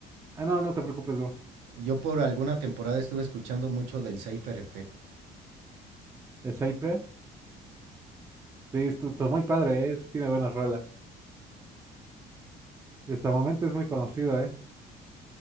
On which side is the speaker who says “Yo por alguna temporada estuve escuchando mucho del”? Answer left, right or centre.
Right